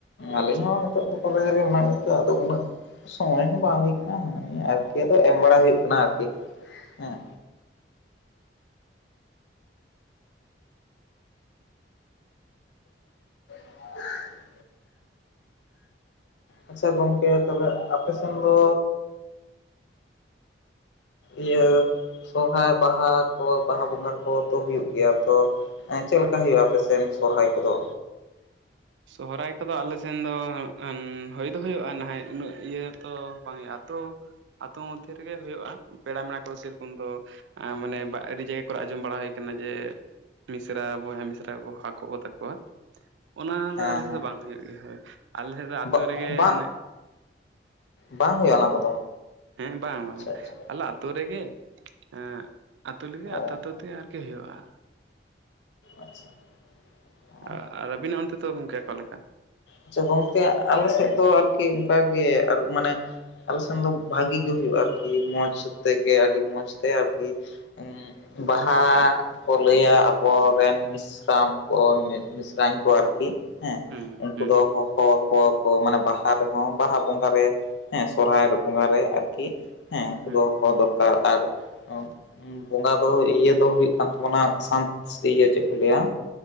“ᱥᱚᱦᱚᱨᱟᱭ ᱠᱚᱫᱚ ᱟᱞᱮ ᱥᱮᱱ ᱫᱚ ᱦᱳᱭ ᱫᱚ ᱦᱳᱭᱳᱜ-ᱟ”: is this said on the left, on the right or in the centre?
Right